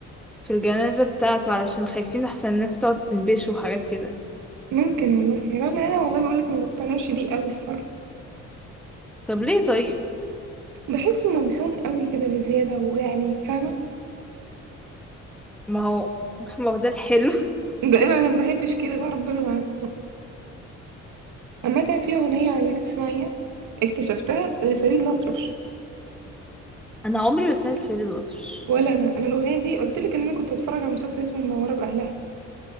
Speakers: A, in the centre; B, on the right (about 85°).
A: في الجنازة بتاعته علشان خايفين أحسن الناس تقعد تنبشه وحاجات كده
B: ممكن والله رغم ان انا والله بقول لك ما بقتنعش بيه قوي الصراحه
A: طب ليه طيب
B: بحسه ممحون قوي كده بزياده ويعني فاهمه
A: ما هو <laughs> ما هو ده الحلو
B: ده انا انا ما بحبش كده بقى ربنا معاكم عامه في اغنيه عايزاك تسمعيها اكتشفتها لفريد الأطرش
A: <laughs> أنا عمري ما سمعت الفيل الأطرش
B: ولا انا انا الاغنيه دي قلت لك ان انا كنت اتفرج على مسلسل اسمه منوره باهلها